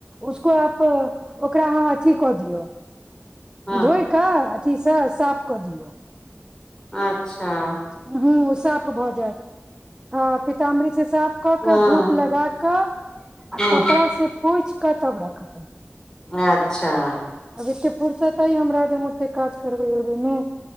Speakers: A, on the right (about 20°); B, on the left (about 15°).
A: उसको आप ओकरा अहाँ अथी कऽ दियौ
B: हँ
A: धोइ कऽ अथी सँ साफ कऽ दियौ
B: अच्छऽ
A: हुँ हुँ ओ साफ भऽ जैत हँ पीतामरी से साफ कऽ
B: हँ
A: कऽ धूप लगा कऽ आ
B: हँ
A: कपड़ा से पोइछ कऽ तब रखबै
B: अच्छऽ
A: आब एते फुरसत अइ हमरा जे हम ओते काज करबै एगो मे